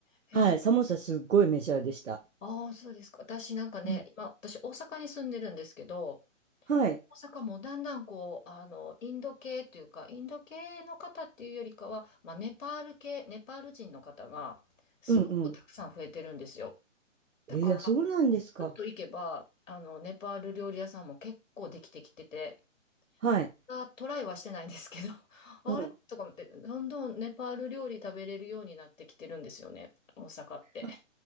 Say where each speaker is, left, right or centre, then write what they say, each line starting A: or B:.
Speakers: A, on the left; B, on the right.
A: へえ、
B: はい。寒さすっごいメジャーでした。
A: ああ、そうですか。私なんかね、
B: うん。
A: 今、私大阪に住んでるんですけど、
B: はい。
A: 大阪もだんだんこう、あの、インド系というか、インド系の方っていうよりかは、まあ、ネパール系、ネパール人の方が、すごくたくさん増えてるんですよ。
B: うんうん。
A: だから、
B: えー、あ、そうなんですか。
A: ちょっと行けば、あの、ネパール料理屋さんも結構できてきてて、
B: はい。
A: あ、トライはしてないんですけど、<laughs>
B: うん。
A: あれとか思って、どんどんネパール料理食べれるようになってきてるんですよね、大阪って。
B: あ、